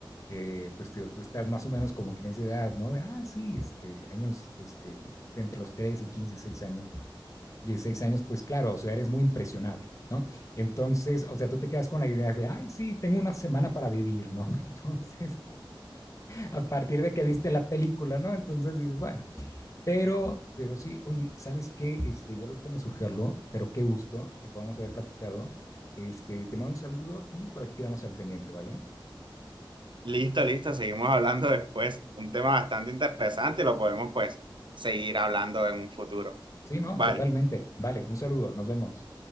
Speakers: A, on the left; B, on the right.
A: eh, pues, tío, tú estás más o menos como que en esa edad, ¿no? De, ah, sí, este, años, este, de entre los 13, 15, 6 años, 16 años, pues claro, o sea, eres muy impresionable, ¿no? Entonces, o sea, tú te quedas con la idea de, ay, sí, tengo una semana para vivir, ¿no? <laughs> Entonces, a partir de que viste la película, ¿no? Entonces dices, bueno, pero, pero sí, oye, ¿sabes qué? Este, igual ahorita me surge algo, pero qué gusto que podamos haber platicado. Este, te mando un saludo y por aquí quedamos al pendiente, ¿vale?
B: Listo, listo, seguimos hablando después. Un tema bastante interesante y lo podemos pues seguir hablando en un futuro.
A: Sí, no,
B: Bye.
A: totalmente. Vale, un saludo, nos vemos.